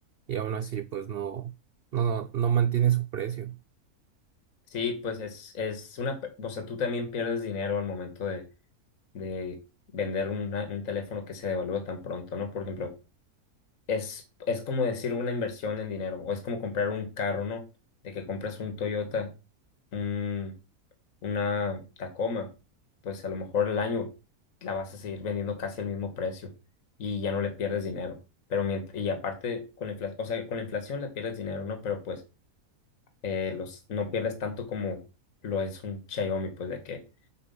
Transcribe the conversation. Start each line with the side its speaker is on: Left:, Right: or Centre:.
Right: y aún así pues no, no, no mantiene su precio.
Left: Sí, pues es, es una, pe- o sea, tú también pierdes dinero al momento de, de vender una- un teléfono que se devalúa tan pronto, ¿no? Por ejemplo, es, es como decir una inversión en dinero, o es como comprar un carro, ¿no? De que compras un Toyota, un, una Tacoma, pues a lo mejor el año la vas a seguir vendiendo casi al mismo precio y ya no le pierdes dinero. Pero mientras, y aparte, con la inflación, o sea, con la inflación le pierdes dinero, ¿no? Pero pues eh, los, no pierdes tanto como lo es un Xiaomi, pues de que